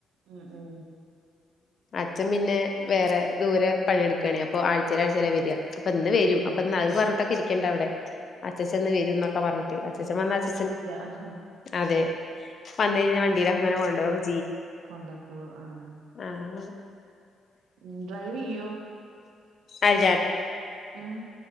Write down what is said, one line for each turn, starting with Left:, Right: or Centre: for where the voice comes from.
Right: ആഹ ആഹ
Left: അച്ഛൻ പിന്നെ വേറെ ദൂരെ പണിയെടുക്കുകയാണെങ്ക അപ്പൊ ആഴ്ചയില ആഴ്ചാല വരിക അപ്പൊ ഇന്ന് വരും
Right: വരുള്ളൂ
Left: അപ്പൊ ഇന്ന് അത്
Right: ഉം
Left: പറഞ്ഞിട്ടൊക്കെ ഇരിക്കേണ്ട അവിടെ അച്ചച്ചൻ വരും എന്നൊക്കെ പറഞ്ഞിട്ട് അച്ചച്ചൻ വനാൽ അച്ച
Right: ആഹ
Left: അതെ വന്ന കഴിഞ്ഞാൽ വണ്ടിൽ അങ്ങനെ കൊണ്ടു പോകും
Right: കൊണ്ടാക്കോളൂ ആഹ
Left: ആഹ്
Right: ഉ ഡ്രൈവ് ചെയ്യോ
Left: അൽ
Right: ഉം